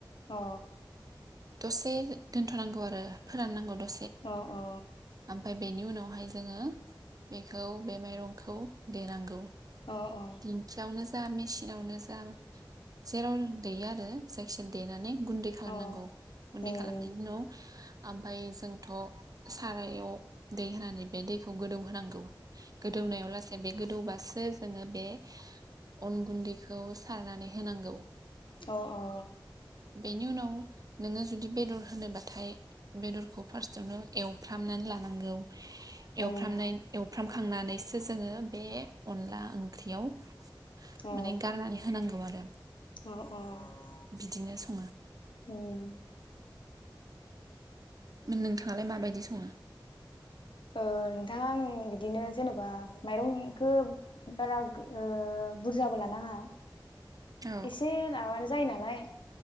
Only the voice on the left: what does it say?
अ
अ अ
अ अ
अ
उम
अ अ
उम
अ
अ अ
उम
ओ नोंथाङा आं बिदिनो जेनबा माइरंखौ बारा ओ बुरजाबो लानाङा
एसे माबानो जायो नालाय